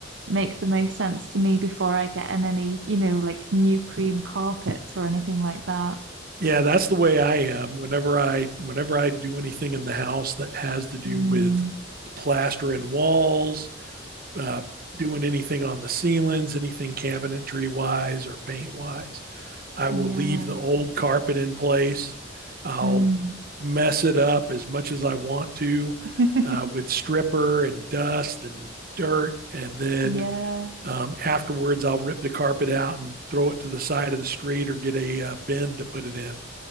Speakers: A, on the right; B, on the right.
A: make the most sense to me before I get in any, you know, like new cream carpets or anything like that.
B: Yeah, that's the way I am. Whenever I whenever I do anything in the house that has to do
A: Mm,
B: with plastering walls, uh, doing anything on the ceilings, anything cabinetry wise or paint wise, I
A: yeah.
B: will leave the old carpet in place. I'll
A: Mm.
B: mess it up as much as I want to
A: <laughs>
B: uh, with stripper and dust and dirt. And then
A: Yeah.
B: um, afterwards, I'll rip the carpet out and throw it to the side of the street or get a uh, bin to put it in.